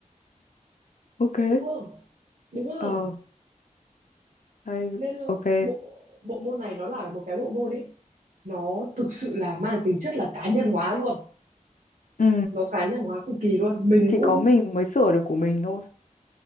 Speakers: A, on the left; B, on the right.
A: ok.
B: đúng không? Đúng không?
A: Ờ, hay
B: nên
A: ok.
B: bộ bộ môn này nó là một cái bộ môn ấy nó thực sự là mang tính chất là cá nhân hóa luôn
A: Ừ,
B: nó cá nhân hóa cực kỳ luôn mình
A: thì
B: cũng
A: có mình mới sửa được của mình thôi.